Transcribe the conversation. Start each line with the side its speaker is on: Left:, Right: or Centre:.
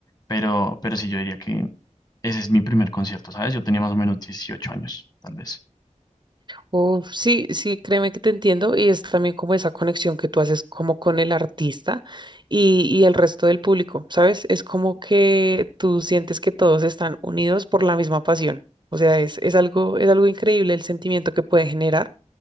Left: Pero, pero sí, yo diría que ese es mi primer concierto, ¿sabes? Yo tenía más o menos dieciocho años, tal vez.
Right: uf, sí, sí, créeme que te entiendo y es también como esa conexión que tú haces como con el artista y, y el resto del público, ¿sabes? Es como que tú sientes que todos están unidos por la misma pasión. O sea, es, es algo, es algo increíble el sentimiento que puede generar.